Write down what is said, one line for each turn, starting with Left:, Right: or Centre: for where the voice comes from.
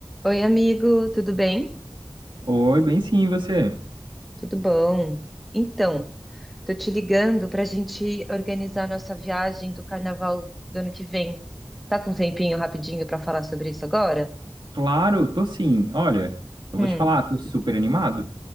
Centre: Oi, amigo, tudo bem?
Right: Oi, bem sim, e você?
Centre: Tudo bom? Então, tô te ligando para a gente organizar nossa viagem do carnaval do ano que vem. Tá com um tempinho rapidinho para falar sobre isso agora?
Right: Claro, tô sim. Olha, eu
Centre: Hum,
Right: vou te falar, tô super animado.